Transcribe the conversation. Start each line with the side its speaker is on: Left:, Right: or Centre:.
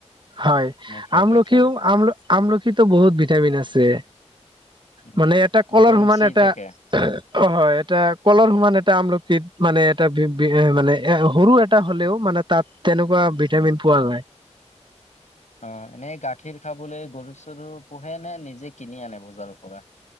Right: হয়
Left: মোৰ ফেভৰেট
Right: আমলখিও
Left: হয়
Right: আম আমলখিতো বহুত ভিটামিন আছে।
Left: উম।
Right: মানে এটা কল
Left: ভিটামিন
Right: সমান
Left: চি
Right: এটা
Left: থাকে
Right: অ হয় এটা কলৰ সমান এটা আমলখিত মানে এটা বি মানে এ সৰু এ টা হ'লেও মানে তাত তেনেকুৱা ভিটামিন পোৱা যায়।
Left: অ এনেই গাখীৰ খাবলৈ গৰু চৰু পোহে নে নিজে কিনি আনে বজাৰৰ পৰা।